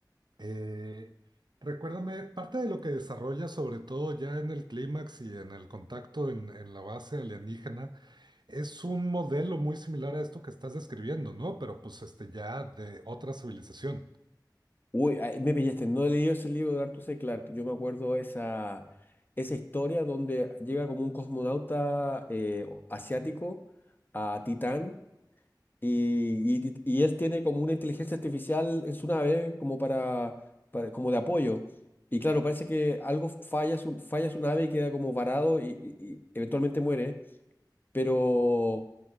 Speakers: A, on the right; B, on the left.
A: Eh, recuérdame, parte de lo que desarrolla, sobre todo ya en el clímax y en el contacto en, en la base alienígena, es un modelo muy similar a esto que estás describiendo, ¿no? Pero pues este ya de otra civilización.
B: Uy, ay, me pillaste, no he leído ese libro de Arthur C. Clarke. Yo me acuerdo esa, esa historia donde llega como un cosmonauta eh, o- asiático a Titán y, y- y él tiene como una inteligencia artificial en su nave como para, para- como de apoyo. Y claro, parece que algo falla su, falla su nave y queda como varado y, y- y eventualmente muere. Pero